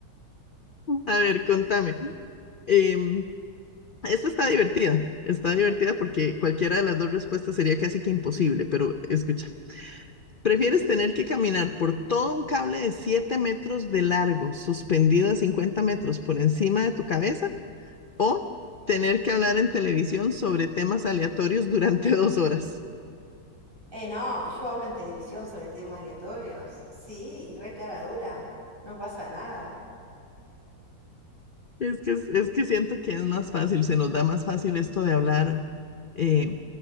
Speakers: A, on the left; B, on the right.
A: <laughs> A ver, contame. Em, esta está divertida. Está divertida porque cualquiera de las dos respuestas sería casi que imposible, pero escucha. ¿Prefieres
B: Dime.
A: tener que caminar por todo un cable de 7 metros de largo, suspendido a 50 metros por encima de tu cabeza? ¿O tener que hablar en televisión sobre temas aleatorios durante <laughs> dos horas?
B: Eh, no, yo hablo en televisión sobre temas aleatorios. Sí, re cara dura. No pasa nada.
A: Es que, es, es que siento que es más fácil, se nos da más fácil esto de hablar eh,